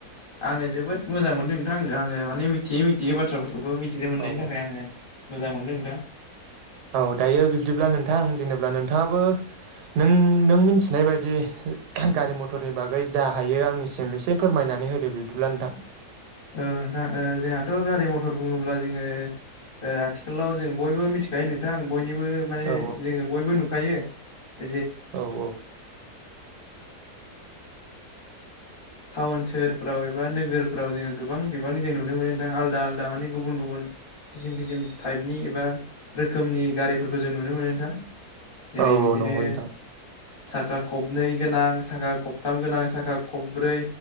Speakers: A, on the left (about 45°); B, on the right (about 90°).
A: आङो जोबोद मोजां मोनदों नोंथां आङो माने मिथियै मिथियै बाथ्राफोर खौबो मिथिनो मोननायनि
B: औ
A: थाखाय आङो मोजां मोनदों नोंथां
B: औ दायो बिब्दिब्ला नोंथां जेनेब्ला नोंथाङाबो नों नों मोनथिनाय बायदि गारि मथरनि बागै जा हायो आंनिसिम एसे फोरमायना नै होदो बिब्दिब्ला नोंथां
A: औ नोंथां ओ जोंहाथ गारि मथर बुङोब्ला जोङो ओ आथिखालाव जों बयबो मिथिखायो नोंथां बयनिबो माने
B: औ
A: जोङो बयबो नुखायो <unintelligible>
B: औ औ
A: टाउन सोहोरफ्राव एबा नोगोरफ्राव जोङो गोबां बिबांनि जों नुनो मोनो नोंथां आलदा आलदा माने गुबुन गुबुन खिसिम खिसिम टाइपनि एबा रोखोमनि गारिफोरखौ जों नुनो मोनो नोंथां जेरै
B: औ
A: बिदिनो
B: औ नंगौ नोंथां
A: साखा खबनै गोनां साखा खबथाम गोनां साखा खबब्रै